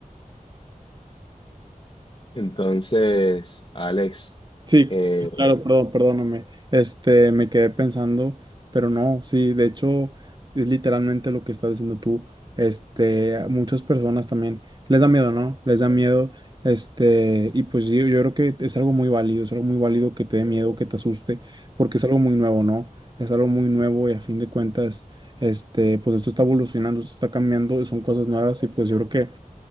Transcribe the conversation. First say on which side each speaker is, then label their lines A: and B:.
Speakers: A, on the left; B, on the right.
A: Entonces, Alex,
B: Sí,
A: eh,
B: claro, perdón, perdóname. Este, me quedé pensando, pero no, sí, de hecho, es literalmente lo que estás diciendo tú. Este, a muchas personas también les da miedo, ¿no? Les da miedo. Este, y pues sí, yo creo que es algo muy válido, es algo muy válido que te dé miedo, que te asuste, porque es algo muy nuevo, ¿no? Es algo muy nuevo y a fin de cuentas, este, pues esto está evolucionando, esto está cambiando y son cosas nuevas y pues yo creo que